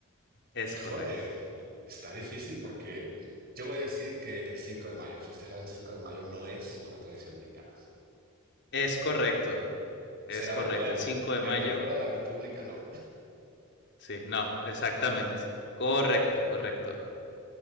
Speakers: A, on the left; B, on the right.
A: Es
B: Híjole,
A: correcto.
B: está difícil porque yo voy a decir que el 5 de mayo, festejar el 5 de mayo no es una tradición mexicana.
A: Es correcto. Es
B: Será
A: correcto.
B: de Puebla,
A: El 5 de
B: pero
A: mayo.
B: de toda la República no.
A: Sí, no, exactamente. Correcto, correcto.